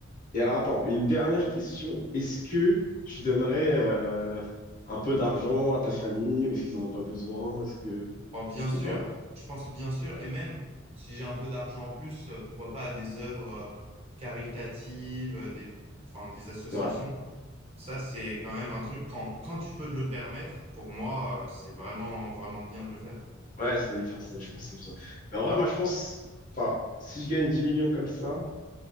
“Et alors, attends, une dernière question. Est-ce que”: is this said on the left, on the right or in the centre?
Left